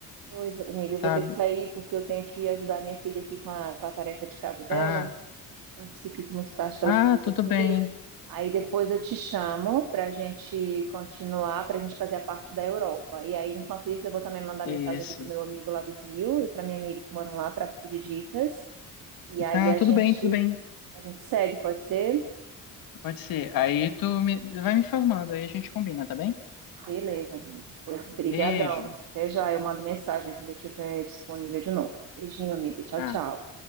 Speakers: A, on the right; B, on the left.
A: Pois, amiga,
B: sabe?
A: eu vou ter que sair porque eu tenho que ajudar a minha filha aqui com a, com a tarefa de casa dela
B: Ah,
A: antes que fique muito tarde, que
B: ah,
A: ela precisa
B: tudo
A: dormir.
B: bem.
A: Aí depois eu te chamo para a gente continuar, para a gente fazer a parte da Europa. E aí, enquanto isso, eu vou também mandar
B: Isso.
A: mensagem aqui para o meu amigo lá do Rio e para minha amiga que moram lá para pedir dicas. E aí
B: Tá,
A: a
B: tudo
A: gente
B: bem, tudo bem.
A: a gente segue, pode ser?
B: Pode ser. Aí tu me, vai me informando, aí a gente combina, tá bem?
A: Beleza, amigo. Pois brigadão.
B: Beijo.
A: Até já, eu mando mensagem quando eu estiver disponível de novo. Beijinho, amigo. Tchau,
B: Tá.
A: tchau.